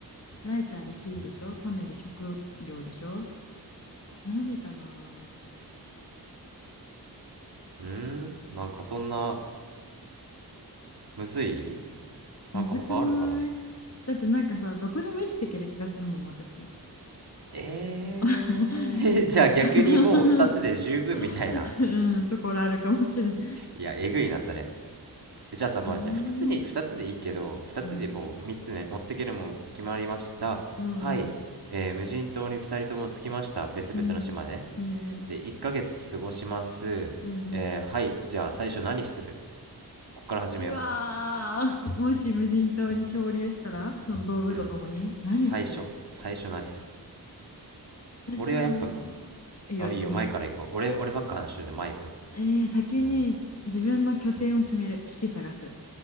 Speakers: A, on the left; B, on the right.
A: ライターで火でしょ種で食料でしょ何かな
B: うーんなんかそんな、むずいなんか他あるかな
A: むずくないだってなんかさ、どこでも生きていける気がするもん、私
B: えー、
A: <laughs>。
B: <laughs> じゃあ逆にもう二つで十分みたいな。
A: うん、ところあるかもしれん。
B: いや、えぐいな、それ。じゃあさ、まあ、
A: え
B: じゃあ2つに、
A: ー
B: 2つでいいけど、2つでもう3つね、
A: うん
B: 持ってけるもん決まりました。
A: うんうん
B: はい。えー無人島に2人とも着きました。別々の島ね。
A: うんうんうん
B: で、1ヶ月過ごします。
A: うん
B: えーはい。じゃあ最初何するこっから始めよ
A: うわーもし無人島に漂流したらその道具とともに何する
B: う。うん。最初、最初何する
A: 私は
B: 俺はやっぱ、
A: いや何
B: あ、いいよ、前から行こう。俺、俺ばっか話してるんで、前行こ
A: えー、先に自分の拠点を決める。
B: うよ。うん。
A: 基地探す。